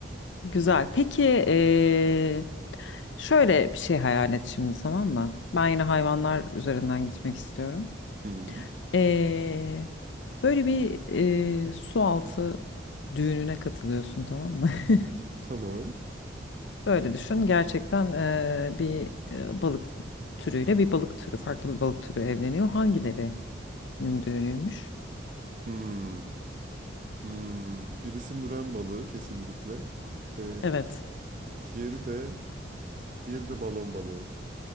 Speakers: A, on the left; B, on the right.
A: güzel. Peki e, şöyle bir şey hayal et şimdi tamam mı? Ben yine hayvanlar üzerinden gitmek istiyorum.
B: Hmm,
A: E, böyle bir e, su altı düğününe katılıyorsun tamam mı? <laughs>
B: tamam.
A: Öyle düşün. Gerçekten eee, bir eee, balık türüyle bir balık türü, farklı bir balık türü evleniyor. Hangilerinin düğünüymüş?
B: Hmm, hmm. Birisi müren balığı kesinlikle. Ee,
A: Evet.
B: diğeri de diğeri de balon balığı.